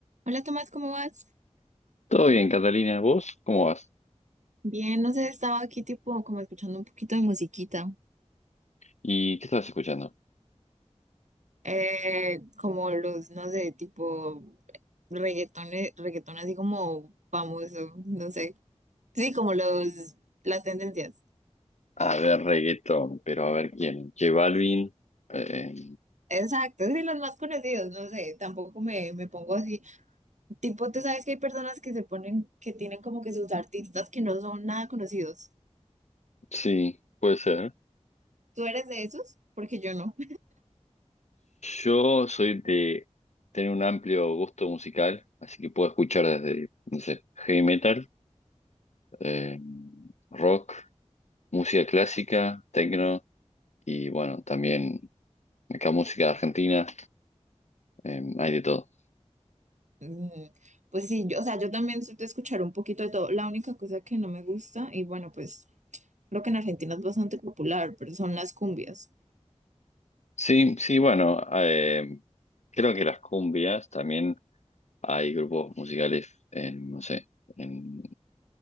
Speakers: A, on the right; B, on the left.
A: Hola Tomás, ¿cómo vas?
B: Todo bien, Catalina, ¿vos cómo vas?
A: Bien, no sé, estaba aquí tipo como escuchando un poquito de musiquita,
B: ¿Y qué estabas escuchando?
A: eh, como los, no sé, tipo reggaetones, reggaetón así como famoso, no sé, sí, como los, las tendencias.
B: A ver, reggaetón, pero a ver quién. J Balvin. eh,
A: Exacto, sí, los más conocidos, no sé, tampoco me, me pongo así. Tipo, tú sabes que hay personas que se ponen, que tienen como que sus artistas que no son nada conocidos.
B: sí, puede ser.
A: ¿Tú eres de esos? Porque yo no.
B: Yo soy de tener un amplio gusto musical, así que puedo escuchar desde, no sé, heavy metal, eh, rock, música clásica, techno y bueno, también acá música argentina, eh, hay de todo.
A: Mm, Pues sí, yo, o sea, yo también soy de escuchar un poquito de todo. La única cosa que no me gusta, y bueno, pues creo que en Argentina es bastante popular, pero son las cumbias.
B: Sí, sí, bueno, eh, creo que las cumbias también. Hay grupos musicales en, no sé, en,